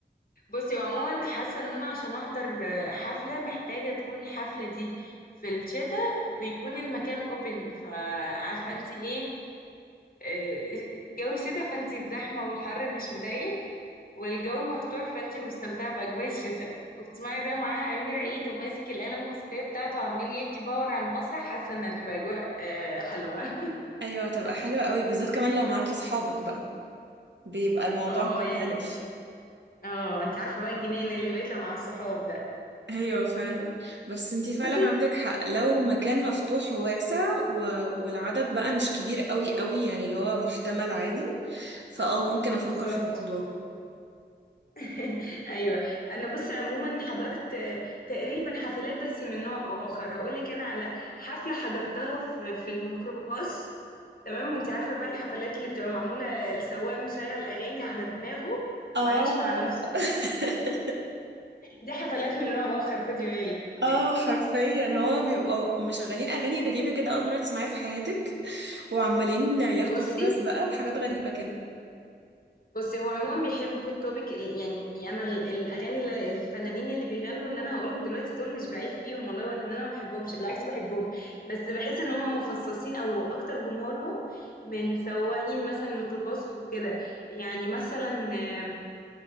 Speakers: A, on the left; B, on the right.
A: بصي وعموما حاسه ان انا عشان احضر آه، حفله محتاجه تكون الحفله دي في الشتاء ويكون المكان اوبن فعارفه انت ايه آه، جو الشتاء فانت الزحمه والحر مش مضايقك والجو مفتوح فانت مستمتعه باجواء الشتاء وبتسمعي بقى معاها امير عيد وماسك الاله الموسيقيه بتاعته وعمال يدي باور على المسرح حاسه انها هتبقى اجواء آه، حلوه
B: ايوه هتبقى حلوة قوي بالذات كمان لو معاكي صحابك بقى بيبقى الموضوع
A: <laughs> اه
B: مختلف
A: يعني اه انت عارفه بقى الجنان اللي بيطلع مع الصحاب ده
B: ايوه فعلا بس انتي فعلا
A: بصي
B: عندك حق لو مكان مفتوح وواسع و... والعدد بقى مش كبير قوي قوي يعني اللي هو محتمل عادي فاه ممكن افكر
A: بالظبط
B: في الموضوع
A: <laughs> ايوه انا بص عموما حضرت آه، تقريبا حفلات بس من نوع اخر هقول لك انا على حفله حضرتها في في الميكروباص تمام وانت عارفه بقى الحفلات اللي بتبقى معموله السواق مشغل اغاني على دماغه
B: اه
A: وعايش مع نفسه
B: <laughs>
A: دي حفلات من نوع اخر خدي بالك
B: اه حرفيا هو بيبقوا مشغلين اغاني غريبة كده اول مرة تسمعيها في حياتك وعمالين ياخدوا
A: بصي
B: فرص بقى وحاجات غريبة كده
A: بصي هو عموما بيحبوا التوبيك ال- يعني انا ال- الاغاني اللي الفنانين اللي بيغنوا اللي انا هقولهم دلوقتي دول مش بعيب فيهم والله ولا ان انا ما بحبهمش بالعكس بحبهم بس بحس ان هم مخصصين او اكتر جمهورهم من سواقين مثلا الميكروباص وكده يعني مثلا آه،